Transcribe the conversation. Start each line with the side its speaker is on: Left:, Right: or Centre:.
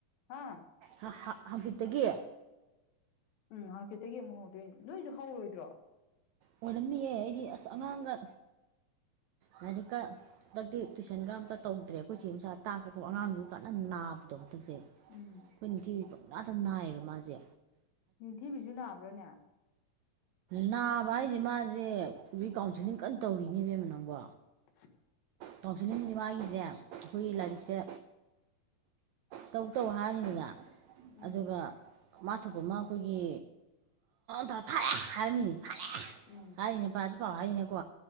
Left: ꯍꯥ
Right: ꯍꯥ ꯍꯥ ꯍꯪꯆꯤꯠꯇꯒꯤ
Left: ꯎꯝ ꯍꯥꯡꯆꯤꯠꯇꯒꯤ ꯑꯃꯨꯛ ꯍꯧꯗꯣꯏꯅꯦ ꯅꯣꯏꯁꯨ ꯍꯧꯔꯣꯏꯗ꯭ꯔꯣ
Right: ꯑꯣꯏꯔꯝꯅꯤꯌꯦ ꯑꯩꯗꯤ ꯑꯁꯁ ꯑꯩꯗꯤ ꯑꯉꯥꯡꯒ ꯂꯥꯏꯔꯤꯛ ꯀ ꯍꯟꯗꯛꯇꯤ ꯇꯨꯏꯁꯟꯒ ꯑꯝꯇ ꯇꯧꯗ꯭ꯔꯦ ꯑꯩꯈꯣꯏꯆꯦ ꯃꯆꯥ ꯇꯥꯛꯄꯗꯣ ꯑꯉꯥꯡꯗꯨ ꯀꯟꯅ ꯅꯥꯕ ꯑꯗꯣ ꯍꯟꯗꯛꯁꯦ ꯑꯩꯈꯣꯏ
Left: ꯎꯝ
Right: ꯅꯤꯡꯊꯤꯕꯤꯗꯤ ꯄꯪꯅꯗꯥ ꯅꯥꯏꯌꯦꯕ ꯃꯥꯖꯦ
Left: ꯅꯤꯡꯊꯤꯕꯤꯁꯨ ꯅꯥꯕ꯭ꯔꯅꯦ
Right: ꯅꯥꯕ ꯍꯥꯏꯁꯦ ꯃꯥꯖꯦ ꯔꯤꯀꯥꯎꯟꯁꯤꯂꯤꯡ ꯀꯟꯅ ꯇꯧꯔꯤꯅꯦ ꯏꯕꯦꯃꯃꯥ ꯅꯪꯕꯣ
Left: <inaudible>
Right: ꯀꯥꯎꯟꯁꯤꯂꯤꯡꯖꯦ ꯃꯥꯒꯤꯖꯦ ꯑꯩꯈꯣꯏꯒꯤ ꯂꯥꯏꯔꯤꯛꯁꯦ ꯇꯧ ꯇꯧ ꯍꯥꯏꯔꯅꯤꯗꯅ
Left: ꯎꯝ
Right: ꯑꯗꯨꯒ ꯃꯥ ꯊꯣꯛꯄ ꯑꯃ ꯑꯩꯈꯣꯏꯒꯤ ꯄꯨꯔꯥ ꯐꯔꯦ ꯍꯥꯏꯔꯅꯤ ꯐꯔꯦ
Left: ꯎꯝ
Right: ꯍꯥꯏꯔꯤꯅꯦ ꯄꯁꯤ ꯄꯥꯎ ꯍꯥꯏꯔꯤꯅꯦꯀꯣ